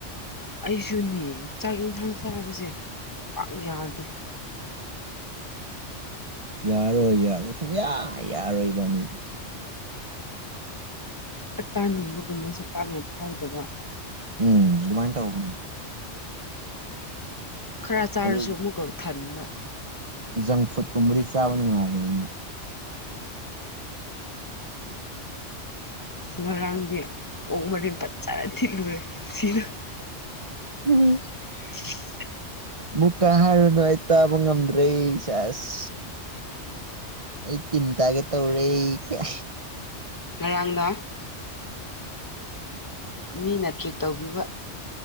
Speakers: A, on the left; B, on the right.
A: ꯑꯩꯁꯨꯅꯦ ꯆꯥꯛ ꯌꯦꯟꯁꯥꯡ ꯆꯥꯕꯁꯦ ꯄꯥꯛ ꯌꯥꯗꯦ
B: ꯌꯥꯔꯣꯏ ꯌꯥꯔꯣꯏ ꯁꯨꯡꯌꯥ ꯌꯥꯔꯣꯏ ꯏꯕꯥꯅꯤꯗꯤ
A: ꯇꯥꯛꯆꯥꯅꯤꯡꯕꯒꯨꯝꯕꯁꯨ ꯄꯥꯛꯅ ꯐꯥꯎꯗꯕ
B: ꯎꯝ ꯑꯗꯨꯃꯥꯏꯅ ꯇꯧꯕꯅ
A: ꯈꯔ ꯆꯥꯔꯁꯨ
B: ꯑꯗꯨ
A: ꯑꯃꯨꯛꯀ ꯊꯟꯕ
B: ꯖꯪ ꯐꯨꯗ ꯀꯨꯝꯕꯗꯤ ꯆꯥꯕ ꯅꯨꯡꯉꯥꯏꯕꯅꯤ ꯑꯃꯨꯛ
A: ꯉꯔꯥꯡꯗꯤ ꯑꯣꯛ ꯃꯔꯦꯟ ꯐꯖꯅ ꯊꯤꯠꯂꯨꯔꯦ ꯁꯤꯅ
B: ꯎꯝ
A: <unintelligible>
B: ꯑꯃꯨꯛꯀ ꯍꯥꯏꯔꯅꯨ ꯑꯩ ꯇꯥꯕ ꯉꯝꯗ꯭ꯔꯦ ꯁꯦꯁ ꯑꯩ ꯇꯤꯟꯇꯥꯥꯒꯦ ꯇꯧꯔꯦ ꯑꯩ ꯀꯌꯥ
A: ꯉꯔꯥꯡꯅ ꯃꯤꯅ ꯇ꯭ꯔꯤꯠ ꯇꯧꯕꯤꯕ